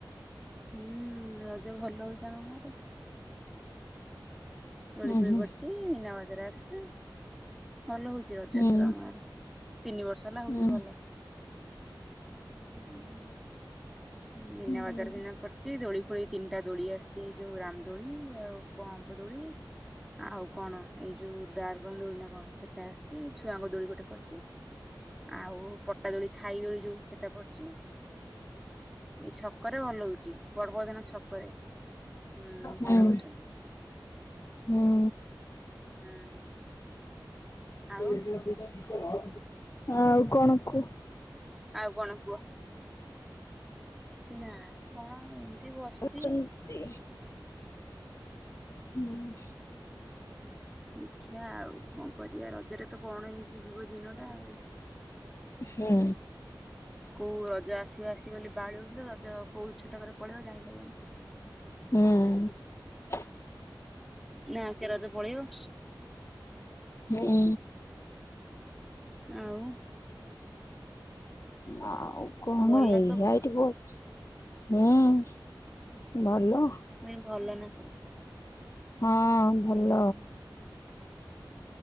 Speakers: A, in the centre; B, on the left.
A: ହୁଁ ରଜ ଭଲ ହଉଛି ଆମ ଗାଁରେ।
B: ଉଁ
A: ଦୋଳି ଫୁଳି
B: ହୁଁ
A: ପଡିଛି ମିନା ଜେରା ଆସିଛି। ଭଲ ହଉଛି ରଜ
B: ହୁଁ
A: ଏଥର ଆମ ଆଡେ। ତିନି ବର୍ଷ ହେଲା ହଉଛି
B: ହୁଁ
A: ଭଲ। ହୁଁ। ମିନା
B: ହୁଁ
A: ବଜାର ବିନା ପଡିଛି। ଦୋଳି ତିନିଟା ଦୋଳି ଆସିଛି। ଯୋଉ ରାମ ଦୋଳି ଆଉ ପମ୍ପ ଦୋଳି। ଆଉ କଣ ଏଇ ଯୋଉ ଡାର୍ଗନ ଦୋଳି ନା କଣ? ସେଟା ଆସିଛି ଛୁଆଙ୍କ ଦୋଳି ଗୋଟେ ପଡିଛି। ଆଉ ପଟା ଦୋଳି ଖାଇ ଦୋଳି ଯୋଉ ସେଟା ପଡିଛି। ଏଇ ଛକରେ ଭଲ ହଉଛି। ବଡପଦାନ ଛକରେ ହୁଁ
B: ହୁଁ।
A: ଭଲ କରୁଛନ୍ତି।
B: ହୁଁ
A: ହୁଁ ଆଉ
B: <unintelligible> ଆଉ କଣ କୁହ।
A: ଆଉ କଣ କୁହ। ନାଁ କଣ ଏମିତି ବସିଛି।
B: କହୁଛନ୍ତି? <inaudible>
A: ଦେଖିବା ଆଉ କଣ କରିବା ରଜରେ ତ କଣ ଏମିତି ଯିବ ଦିନଟା ଆଉ।
B: ହୁଁ
A: କୋଉ ରଜ ଆଛି? ଆଗ ବୋଲି ବାଉଳେଇ ହୋଉ ଥିଲେ। ରଜ କୋଉ ଛୋଟକରେ ପଲେଇବ ଜାଣି ହବନି।
B: ହୁଁ
A: ନାଁ କେ ରଜ ପଳେଇବ।
B: ହୁଁ
A: ଆଉ
B: ହଁ କଣ
A: ଭଲ
B: ଏଇଆ
A: ନା ସବୁ
B: ଏଇଠି ବସିଛୁ। ହୁଁ ଭଲ।
A: ମୁଇଁ ଭଲ ନା ସବୁ।
B: ହଁ
A: ହୁଁ।
B: ଭଲ।